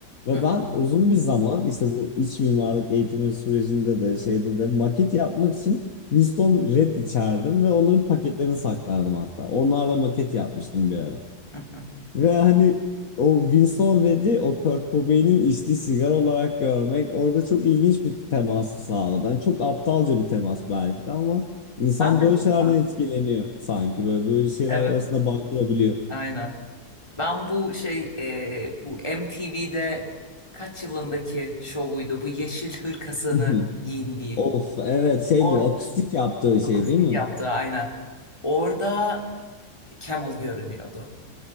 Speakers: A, on the left; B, on the left.
A: Ve
B: hı hı,
A: ben uzun bir zaman işte bu iç mimarlık eğitimi sürecinde de şeyde de maket yapmak için Winston Red içerdim ve onların paketlerini saklardım hatta. Onlarla maket yapmıştım bir ara.
B: hı hı.
A: Ve hani o Winston Redd'i o Kurt Cobain'in içtiği sigara olarak görmek orada çok ilginç bir temas sağladı. Yani çok aptalca bir temas belki de ama insan
B: ben de
A: böyle şeylerden
B: ha,
A: etkileniyor sanki. Böyle böyle şeyler
B: evet
A: arasında bağ kurabiliyor.
B: aynen. Ben bu şey e, bu MTV'de kaç yılındaki şovuydu bu yeşil hırkasını
A: <laughs>
B: giyindiği.
A: Of evet şey
B: Or
A: bu akustik yaptığı
B: akustik
A: şey değil mi?
B: yaptığı aynen. Orada Camel görünüyordu.